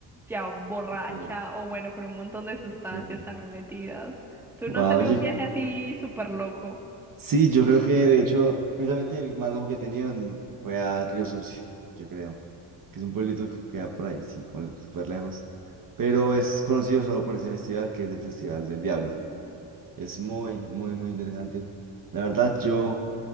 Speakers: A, in the centre; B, on the right.
A: ya borracha,
B: Ok.
A: o bueno, con un montón de sustancias
B: Okay.
A: también metidas. ¿Tú
B: Wow,
A: no has tenido
B: yo,
A: un viaje así súper loco?
B: sí, yo creo que de hecho, precisamente el más loco que he tenido no- fue a Río Sucio, yo creo, que es un pueblito que queda por ahí, sí, como súper lejos, pero es conocido solo por ese festival que es el Festival del Diablo. Es muy, muy, muy interesante. La verdad, yo